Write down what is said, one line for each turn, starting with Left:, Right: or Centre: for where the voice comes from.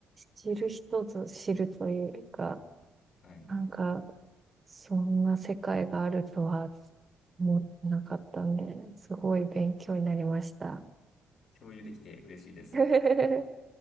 Right: 知る人ぞ知るというか、
Left: はい。
Right: なんか、そんな世界があるとは思ってなかったんで、すごい勉強になりました。
Left: 共有できて嬉しいです。
Right: <laughs>